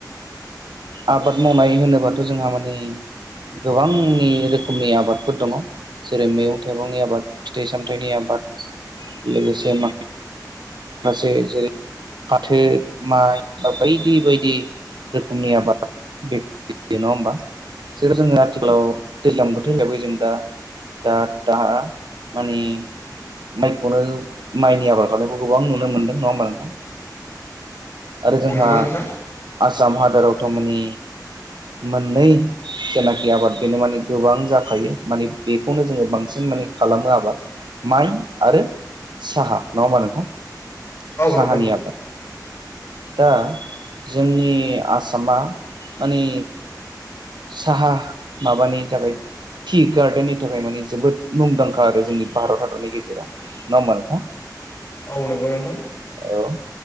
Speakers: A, on the right (about 85°); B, on the left (about 40°).
A: आबाद मावनाय होनोबाथ' जोंहा माने गोबांनि रोखोमनि आबादफोर दङ जेरै मैगं थाइगंनि आबाद फिथाइ सामथाइनि आबाद लोगोसे मा माखासे जेरै फाथो माइ बा बायदि बायदि रोखोमनि आबाद बेयो नङा होम्बा बेखौ जोङो आथिखालाव दैज्लां बोथोर लायबाय जों दा दा दा माने माइखौनो माइनि आबाद खालाम गोबां नुनो मोनदों नङाोमानोनथां आरो जोंहा
B: औ नंगौ नोंथां
A: आसाम हादोराव थ' मे मोननै जेनाखि आबाद बेनो माने गोबां जाखायो माने बेखौनो जोङो बांसिन माने खालामो आबाद। माइ आरो साहा नङा होमा नोंथां
B: औ
A: साहानि
B: नंगौ नोंथां
A: आबाद। दा जोंनि आसामा माने साहा माबानि जाबाय टि गार्डेननि थाखाय माने जोबोद मुंदांखा आरो जोंनि भारत हादरनि गेजेराव नङा होम्बा नोंथां
B: औ नोंगौ नोंथां
A: औ